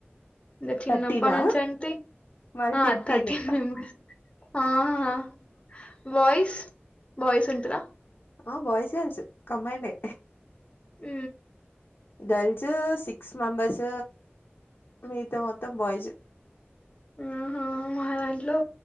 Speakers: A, on the left; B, on the left.
A: ఇ చిన్నప్ప
B: థర్టీనా
A: నుంచింటిథర్టీన్బ
B: మాది ఫిఫ్టీన్
A: ఆ ఆ వయిస్ బయిస్ ఉంటరా
B: ఆ బోయిస్ గల్స్ కమ్మండే
A: ఆ
B: గర్ల్స్ సిక్స్ మెంబర్స్ మీత మొత్తం బాయ్స్్
A: ఆహా మాదాంట్లో